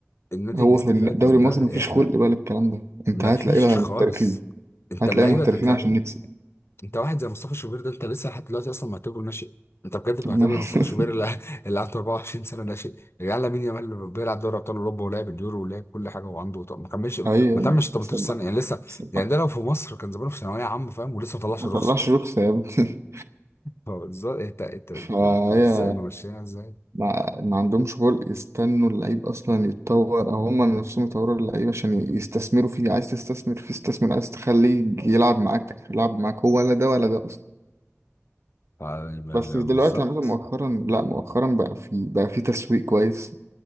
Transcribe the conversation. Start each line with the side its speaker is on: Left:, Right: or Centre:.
Left: النادي
Right: هو
Left: اللي استفاد
Right: في الدوري
Left: من
Right: المصري
Left: ده
Right: مفيش
Left: احنا
Right: خلق بقى للكلام ده أنت
Left: ما
Right: هتلاقي
Left: فيش
Right: بقى
Left: خالص
Right: محترفين
Left: انت
Right: هتلاقي
Left: اللعيبه
Right: محترفين
Left: ده انت
Right: عشان نكسب
Left: انت واحد زي مصطفى شوبير ده انت لسه لحد دلوقتي اصلا معتبره ناشئ انت بجد بتعتبر
Right: <laughs>
Left: مصطفى شوبير اللي <laughs> اللي عنده 24 سنه ناشئ يا جدعان لامين يامال اللي بيلعب دوري ابطال اوروبا ولعب اليورو ولعب كل حاجه وعنده طب ما كملش
Right: أيوة
Left: ما تمش
Right: يعني
Left: 18
Right: بس ما
Left: سنه يعني لسه
Right: بس
Left: يعني
Right: ما-
Left: ده لو في مصر كان زمانه في ثانويه عامه فاهم ولسه ما طلعش
Right: ما
Left: رخصه
Right: طلعش رخصة يا ابني
Left: فبالظبط انت انت انتوا
Right: فهي
Left: انتوا ازاي ماشيينها ازاي
Right: ما, ما عندهمش خلق يستنوا اللعيب اصلا يتطور او هم نفسهم يطوروا اللعيب عشان يستثمروا فيه عايز تستثمر فيه استثمر عايز تخليه يلعب معاك يلعب معاك هو ولا ده ولا ده اصلا
Left: ف- بالظبط
Right: بس دلوقتي عامة مؤخرا لا مؤخرا بقى في بقى في تسويق كويس